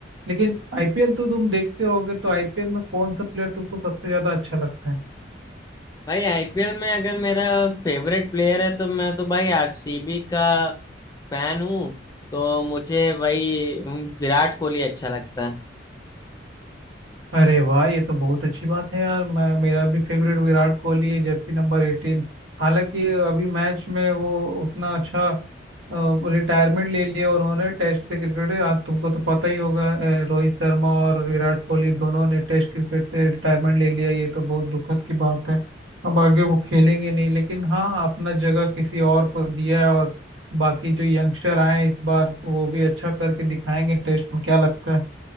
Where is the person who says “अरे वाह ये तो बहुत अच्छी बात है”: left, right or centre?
Right